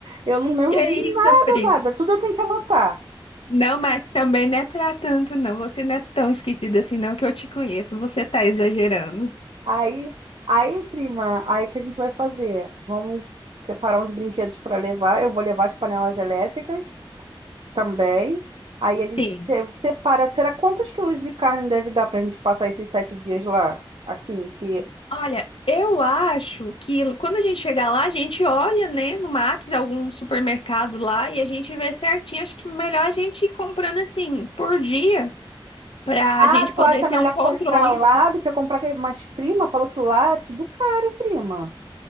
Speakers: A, on the right; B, on the left.
A: eu não lembro
B: Que é
A: de
B: isso,
A: nada,
B: primo.
A: nada. Tudo eu tenho que anotar.
B: Não, mas também não é para tanto, não. Você não é tão esquecida assim, não, que eu te conheço. Você tá exagerando.
A: Aí, aí, prima, aí que a gente vai fazer? Vamos separar uns brinquedos para levar. Eu vou levar as panelas elétricas também. Aí a gente
B: Sim.
A: se- separa. Será quantos quilos de carne deve dar para a gente passar esses sete dias lá? Assim, que
B: Olha, eu acho que quando a gente chegar lá, a gente olha, né, no Maps, algum supermercado lá e a gente vê certinho. Acho que melhor a gente ir comprando assim por dia. Pra
A: Ah,
B: gente poder
A: tu acha
B: ter
A: melhor
B: um controle.
A: comprar lá do que comprar aqui? Mas, prima, falou que lá é tudo caro, prima.